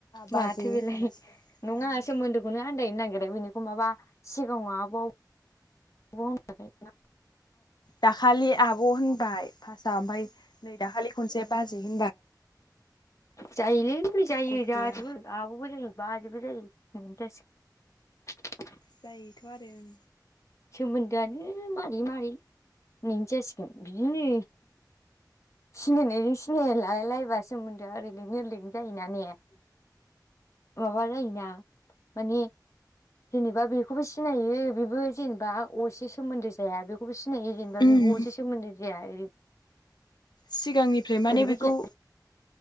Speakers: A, on the left; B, on the left.
A: बाजै
B: माथो
A: होनहरगासिनो
B: बेलाय नङा
A: दामानि
B: सोमोन्दोखौनो आन्दायनो नागिरो बेनिखो माबा सिगाङाव आबाव <unintelligible>
A: दाखालि आब होनबाय फास्टाव ओमफ्राय नै दाखालि खनसे बाजै <inaudible>
B: जायोलैै जायो
A: गद
B: जाजोबो
A: गैया
B: आबबो जायो। बाजैबो जायो <unintelligible>
A: जायोथ आरो ओं।
B: सोमोन्दोआनो मारै <unintelligible> जासिगोन बिदिनो सिनायनायजों सिना य लायलायबा सोमोनदोआ ओरै लिंनो ओरै लिं जायोना ने? अ माबा जायोना माने जेनेबा बेखौबो सिनायो बेबो जेनेबा असे सोमोन्दो जाया बेखौबो सि सिनायो जेनेबा
A: उम
B: बेबो असे सोमोन्दो जाया ओरै
A: सिगांनिफ्राय माने
B: ओरैबो
A: बेखौ
B: जाया